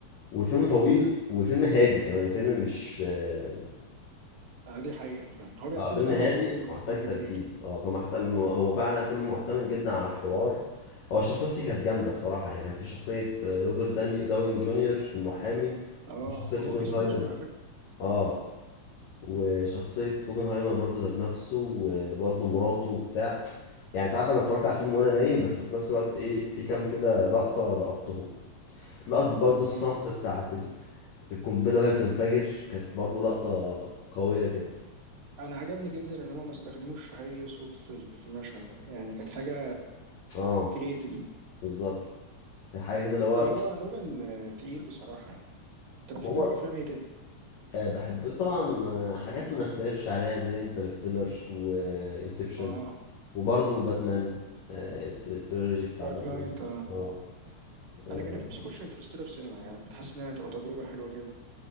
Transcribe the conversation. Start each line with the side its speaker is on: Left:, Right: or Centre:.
Left: والفيلم طويل وفيلم هادي كمان فيلم مش آه،
Right: آه دي حقيقة فعلا هو بيعتمد
Left: اه فيلم
Right: على
Left: هادي
Right: الحوار
Left: محتاج
Right: بشكل
Left: تركيز
Right: كبير
Left: اه فمحتم هو فعلا فيلم معتمد جدا على الحوار هو الشخصيات فيه كانت جامده بصراحه يعني كان في شخصيه آه، روبرت داني داوني جونيور المحامي
Right: اه
Left: وشخصيه
Right: هو
Left: اوبنهايمر
Right: كسب اوسكار على فكرة
Left: اه وشخصيه اوبنهايمر برضو ذات نفسه وبرضو مراته وبتاع يعني انت عارف انا اتفرجت على الفيلم وانا نايم بس في نفس الوقت ايه في كام كده لقطه لقطتهم لقطه برضو الصمت
Right: اه
Left: بتاعت القنبلة وهي بتنفجر كانت برضو لقطة قوية جدا
Right: انا عجبني جدا ان هما ما استخدموش اي صوت في ال- في المشهد ده يعني كانت حاجة
Left: اه
Right: كرييتيف
Left: بالظبط كانت حاجة كده اللي هو
Right: لا هو نولان آه، تقيل بصراحة يعني انت بتحب
Left: هو
Right: له افلام ايه تاني
Left: آه، بحب طبعا آه، حاجات ما نختلفش عليها زي انترستيلر وانسبشن
Right: اه
Left: وبرضو باتمان آه، التريلوجي بتاع
Right: دارك
Left: باتمان
Right: نايت اه
Left: اه آه،
Right: انا كان نفسي اخش انترستيلر سينما يعني كنت حاسس انها هتبقى تجربة حلوة جدا